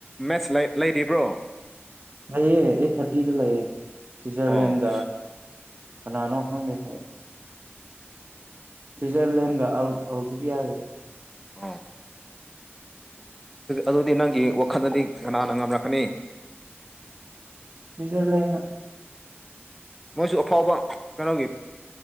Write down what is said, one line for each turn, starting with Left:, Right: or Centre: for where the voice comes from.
Centre: ꯃꯦꯠꯁ ꯂꯩꯔꯤꯕ꯭ꯔꯣ
Right: ꯂꯩꯌꯦ ꯑꯩꯠ ꯊꯥꯔꯇꯤꯗ ꯂꯩꯌꯦ ꯁ꯭ꯋꯤꯖꯔꯂꯦꯟꯒ
Centre: ꯑꯣ
Right: ꯀꯅꯥꯅꯣ ꯈꯪꯗꯦ <unintelligible> ꯁ꯭ꯋꯤꯠꯖꯔꯂꯦꯟꯒ <unintelligible>
Centre: ꯑꯝ ꯑꯗꯨꯗꯤ ꯅꯪꯒꯤ ꯋꯥꯈꯜꯗꯗꯤ ꯀꯅꯥꯅ ꯉꯝꯔꯛꯀꯅꯤ
Right: ꯁ꯭ꯋꯤꯠꯖꯔꯂꯦꯟꯅ
Centre: ꯃꯣꯏꯁꯨ ꯑꯐꯥꯎꯕ ꯀꯩꯅꯣꯒꯤ